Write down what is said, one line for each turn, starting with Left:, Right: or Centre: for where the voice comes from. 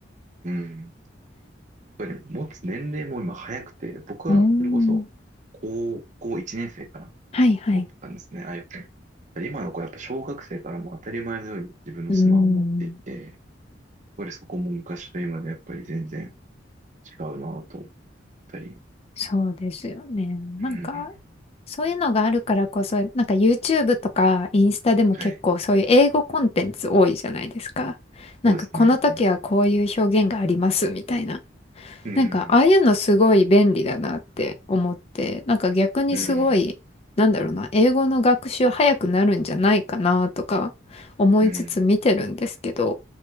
Right: うん。やっぱり持つ年齢も今早くて、僕はそれこそ高校1年生から
Left: うーん。はいはい。
Right: 持ってたんですね、iPhone。やっぱり今の子はやっぱ小学生からもう当たり前のように自分のスマホを持っていて、
Left: うーん。
Right: やっぱりそこも昔と今でやっぱり全然違うなぁと思ったり。
Left: そうですよね。
Right: うん。
Left: なんか、そういうのがあるからこそ、なんか YouTube とかインスタでも結構そういう英語コンテンツ多いじゃないですか。
Right: はい。
Left: なんかこの時はこういう表現がありますみたいな。
Right: そうですね。うん。
Left: なんかああいうのすごい便利だなって思って、なんか逆にすごい、
Right: うん。
Left: なんだろうな、英語の学習早くなるんじゃないかなとか思いつつ見てるんですけど、
Right: うん。うん